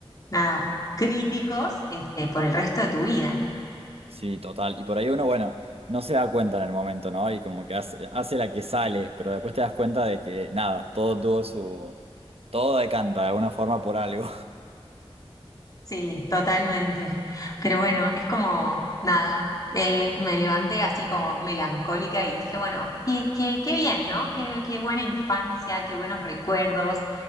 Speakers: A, on the left; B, on the right.
A: nada, críticos, este, por el resto de tu vida.
B: Sí, total. Y por ahí uno, bueno, no se da cuenta en el momento, ¿no? Y como que hace, hace la que sale, pero después te das cuenta de que nada, todo tuvo su... Todo decanta de alguna forma por algo.
A: Sí, totalmente. Pero bueno, es como nada. eh, me levanté así como melancólica y dije, bueno, qué, qué, qué bien, ¿no? Qué, qué buena infancia, qué buenos recuerdos